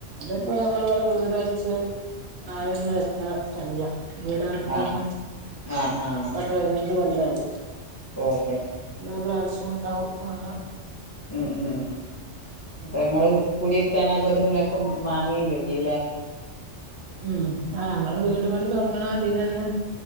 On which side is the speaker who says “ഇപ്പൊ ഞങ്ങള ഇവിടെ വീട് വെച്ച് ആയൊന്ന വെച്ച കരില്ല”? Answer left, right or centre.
Right